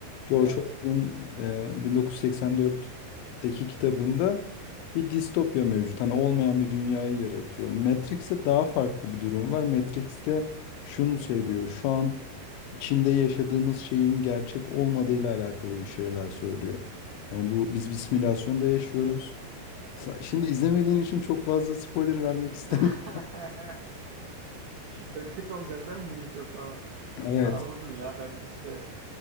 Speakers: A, on the left; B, on the right.
A: George
B: Evet.
A: Orwell'ın e, 1984'teki kitabında bir distopya mevcut. Hani olmayan bir dünyayı yaratıyor. Matrix'te daha farklı bir durum var. Matrix'te şunu söylüyor. Şu an içinde yaşadığımız şeyin gerçek olmadığıyla alakalı bir şeyler söylüyor. Yani bu biz bir simülasyonda yaşıyoruz. Sa- Şimdi izlemediğin için çok fazla spoiler vermek <laughs> istemiyorum.
B: <laughs> Çok kötü olacak değil mi benim için sonra?
A: Evet.
B: Anladım ya ben işte